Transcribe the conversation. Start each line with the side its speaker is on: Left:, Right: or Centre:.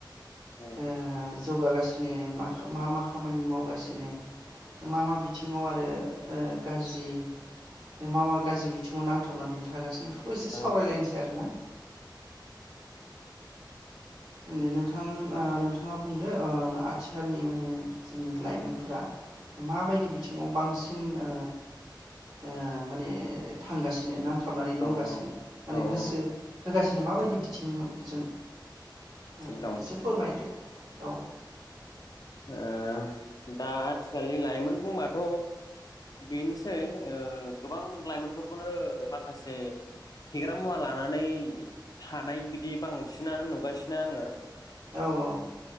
Left: औ
Right: ओ जौगागासिनो मा मा मा खामानि मावगासिनो मा मा बिथिङाव आर रो ओ गाज्रि मा मा गाज्रि बिथिङाव नांथाबनानै थागासिनो? बेफोरखौ एसे
Left: औ
Right: सावरायलायनोसै आरोना दे नोंथां ओ नोंथाङा बुंदो ओ आथिखालनि माने जोंनि लाइमोनफोरा माबायदि बिथिङाव बांसिन सिन ओ ओ माने थांगासिनो नांथाबनानै दंगासिनो
Left: औ
Right: माने
Left: औ
Right: गोसो
Left: औ
Right: होगासिनो माबायदि
Left: थिग
Right: बिथिंमोन जों ओ
Left: थिग दं
Right: एसे फोरमायदो । औ
Left: ओ दा आथिखालनि लाइमोन बुंबाथ' बेनोसै ओ गोबां लाइमोनफोरखौनो ओ माखासे फेग्रा मुवा लानानै थानाय बिदि बांसिनानो नुगासिनो आङो ।
Right: औ औ